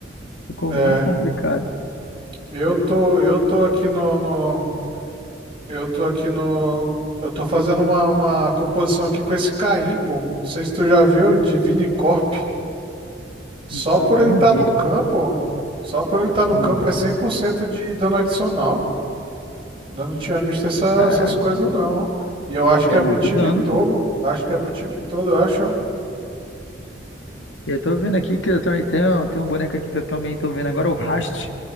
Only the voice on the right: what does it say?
É,
eu tô, eu tô aqui no, no- eu tô aqui no, eu tô fazendo uma, uma composição aqui com esse Caim, pô. Não sei se tu já viu, Divine Corp. Só
por ele
estar
no campo, só por ele estar no
campo é 100% de dano adicional. Eu não tinha visto essa-
essas coisas não. E eu acho
que é
pro time
todo, acho que é pro time todo, eu acho. ó.